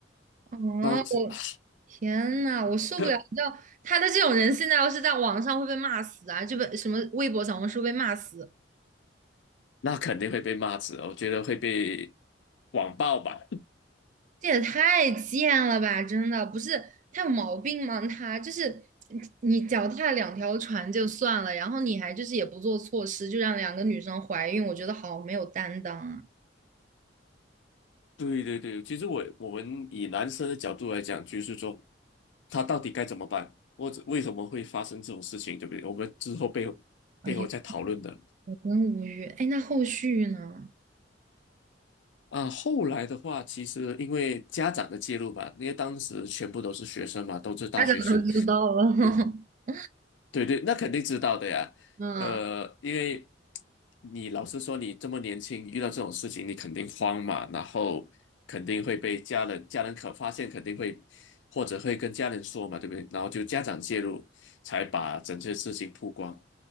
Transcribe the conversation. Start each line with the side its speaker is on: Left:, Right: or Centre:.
Right: 哦，
Left: 然后啊，
Right: 我天呐，我受不了！
Left: 呵
Right: 你知道他的这种人，现在要是在网上会被骂死啊，就被什么微博、小红书被骂死。
Left: 那肯定会被骂死哦，我觉得会被网暴吧。
Right: 这也太贱了吧！真的不是他有毛病吗？他就是你脚踏两条船就算了，然后你还就是也不做措施，就让两个女生怀孕，我觉得好没有担当啊！
Left: 对对对，其实我我们以男生的角度来讲，就是说他到底该怎么办，或者为什么会发生这种事情，对不对？我们之后背后背后再讨论的
Right: 哎呀，我真无语。哎，那后续呢？
Left: 啊。后来的话，其实因为家长的介入吧，因为当时全部都是学生嘛，都是大学生，
Right: 大家都知道了。<laughs>
Left: 对对，那肯定知道的呀。
Right: 嗯，
Left: 呃，因为你老实说，你这么年轻，遇到这种事情，你肯定慌嘛，然后肯定会被家人家人可发现，肯定会或者会跟家人说嘛，对不对？然后就家长介入，才把整件事情曝光。